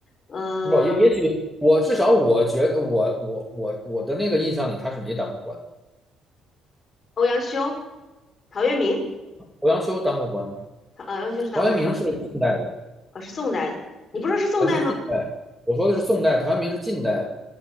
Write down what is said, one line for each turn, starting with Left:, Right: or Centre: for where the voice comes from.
Left: 嗯、
Centre: 不，也也许我至少我觉得我我我我的那个印象里他是没当过官的，
Left: 欧阳修、陶渊明，
Centre: 欧阳修当过官，
Left: 陶呃欧阳修是当过，
Centre: 陶渊明是近代的，
Left: 陶哦，是宋代的。你不说是宋代吗？
Centre: 呃是近代，我说的是宋代，陶渊明是近代的，